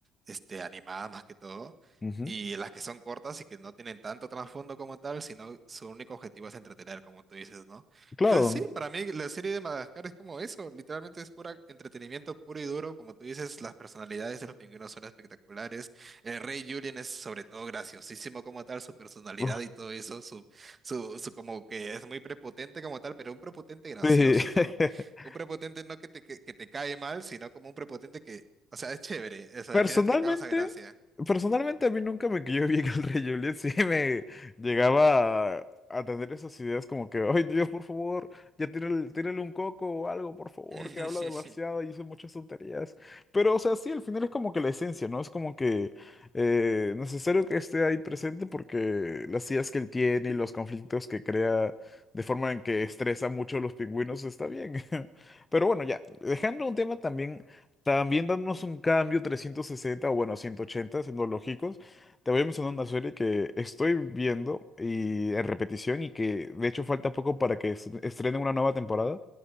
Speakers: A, on the right (about 30°); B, on the left (about 20°).
A: este, animadas más que todo,
B: Ujú.
A: y las que son cortas y que no tienen tanto trasfondo como tal, sino su único objetivo es entretener, como tú dices, ¿no?
B: Claro.
A: Entonces sí, para mí la serie de Madagascar es como eso, literalmente es pura entretenimiento puro y duro, como tú dices, las personalidades de los pingüinos son espectaculares, el rey Julien es sobre todo graciosísimo como tal, su personalidad
B: Uf,
A: y todo eso, su, su, su como que es muy prepotente como tal, pero un prepotente gracioso,
B: sí.
A: ¿no?
B: <laughs>
A: un prepotente no que te, que, que te cae mal, sino como un prepotente que, o sea, es chévere, o sea,
B: Personalmente,
A: al final te causa gracia.
B: personalmente a mí nunca me cayó bien el Rey Juliet, sí me llegaba a, a tener esas ideas como que, ay Dios, por favor, ya tírale, tírale un coco o algo, por favor,
A: <laughs>
B: que habla demasiado y dice muchas tonterías. Pero, o sea, sí, al final es como que la esencia, ¿no? Es como que eh, necesario que esté ahí presente porque las ideas que él tiene y los conflictos que crea de forma en que estresa mucho a los pingüinos está bien. <laughs> Pero bueno, ya, dejando un tema también también dándonos un cambio 360 o bueno, 180 siendo lógicos. Te voy a mencionar una serie que estoy viendo y en repetición y que de hecho falta poco para que est- estrenen una nueva temporada,